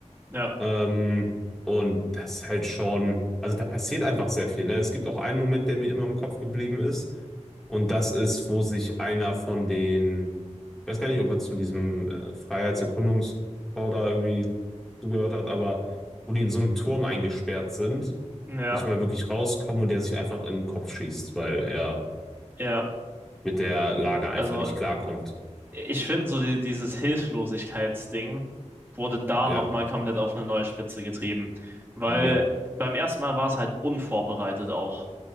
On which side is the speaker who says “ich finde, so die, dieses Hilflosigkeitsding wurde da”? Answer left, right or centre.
Right